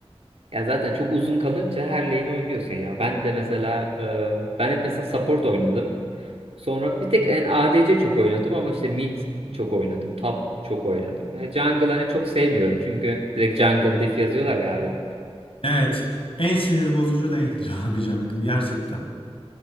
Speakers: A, on the right (about 70°); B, on the left (about 60°).
A: Ya zaten çok uzun kalınca her lane'i oynuyorsun ya. Ben de mesela e, ben hep mesela support oynadım. Sonra bir tek en ADC çok oynadım ama işte mid çok oynadım. Top çok oynadım. Yani jungle hani çok sevmiyorum çünkü direkt jungle diff yazıyorlar ya abi.
B: Evet. En sinir bozucu lane'dir <laughs> abi jungle gerçekten.